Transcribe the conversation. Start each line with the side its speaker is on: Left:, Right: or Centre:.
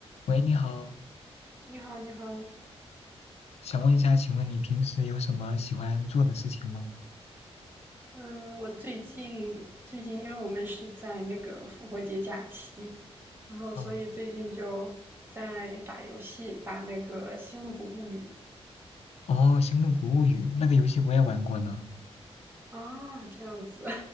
Left: 喂，你好，
Right: 你好，你好，
Left: 想问一下，请问你平时有什么喜欢做的事情吗？
Right: 嗯，我最近最近，因为我们是在那个复活节假期，然后所以最近就在打游戏，
Left: 哦，
Right: 打那个《星露谷物语》
Left: 哦，《星动谷物语》那个游戏我也玩过呢。
Right: 啊，这样子